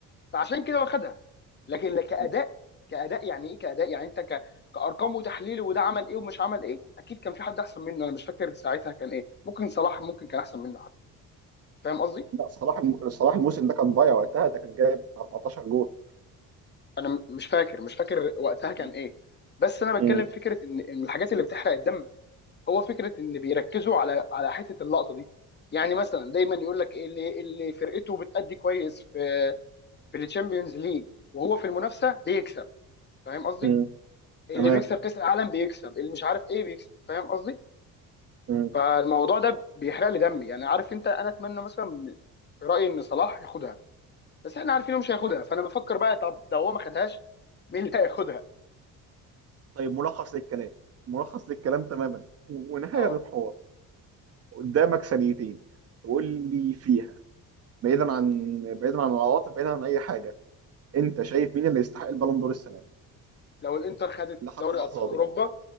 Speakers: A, on the left; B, on the right.
A: فعشان كده واخدها لكن لا كاداء
B: مم.
A: كاداء يعني ايه كاداء يعني انت ك... كارقام وتحليل وده عمل ايه ومش عمل ايه اكيد كان في حد احسن منه انا مش فاكر ساعتها كان ايه ممكن صلاح ممكن كان احسن منه حتى فاهم قصدي
B: لا صلاح الم... صلاح الموسم ده كان ضايع وقتها ده كان جايب 14 جول
A: انا م- مش فاكر مش فاكر وقتها كان
B: مم.
A: ايه بس انا
B: مم.
A: بتكلم فكره ان إن الحاجات اللي بتحرق الدم هو فكره ان بيركزوا على على حته اللقطه دي يعني مثلا دايما يقول لك ايه اللي اللي فرقته بتأدي كويس في في الشامبيونز ليج وهو في المنافسه بيكسب فاهم قصدي
B: مم.
A: اللي
B: تمام
A: بيكسب كاس العالم بيكسب اللي مش عارف ايه بيكسب فاهم قصدي
B: مم.
A: فالموضوع ده بيحرق لي دمي يعني عارف انت انا اتمنى مثلا من- في رايي ان صلاح ياخدها بس احنا عارفين انه مش هياخدها فانا بفكر بقى طب لو هو ما خدهاش مين اللي هياخدها
B: طيب ملخص للكلام ملخص للكلام تماما و- ونهاية
A: اه
B: للحوار قدامك ثانيتين تقول لي فيها بعيدا عن بعيدا عن العواطف بعيدا عن اي حاجه انت شايف مين اللي يستحق البالون دور السنه دي
A: لو الانتر خدت
B: لحد
A: دوري
B: اللحظه
A: ابطال اوروبا
B: دي